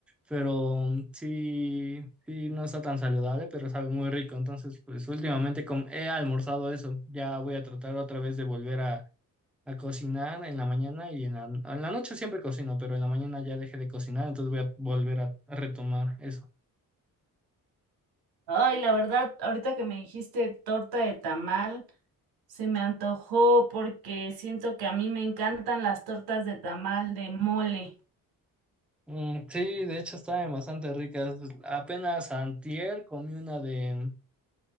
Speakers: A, in the centre; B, on the right.
A: pero mm, sí, sí no está tan saludable, pero sabe muy rico. Entonces, pues últimamente com- he almorzado eso. Ya voy a tratar otra vez de volver a, a cocinar en la mañana y en la, en la noche siempre cocino, pero en la mañana ya dejé de cocinar, entonces voy a volver a a retomar eso.
B: Ay, la verdad, ahorita que me dijiste torta de tamal, Se me antojó porque siento que a mí me encantan las tortas de tamal de mole.
A: Mm, sí, de hecho estaban bastante ricas. Apenas antier comí una de,